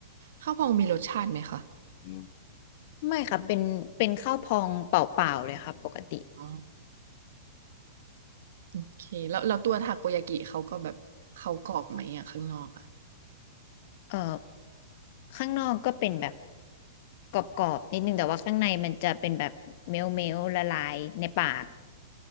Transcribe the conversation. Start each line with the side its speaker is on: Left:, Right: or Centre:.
Right: ข้าวพองมีรสชาติไหมคะ
Left: อืมไม่ค่ะเป็นเป็นข้าวพองเปล่าๆเลยค่ะปกติ
Right: อ๋อโอเคแล้วแล้วตัวทาโกยากิเขาก็แบบเขากรอบไหมอ่ะข้างนอกอะ
Left: เอ่อข้างนอกก็เป็นแบบกรอบๆนิดนึงแต่ว่าข้างในมันจะเป็นแบบเมลเมลละลายในปาก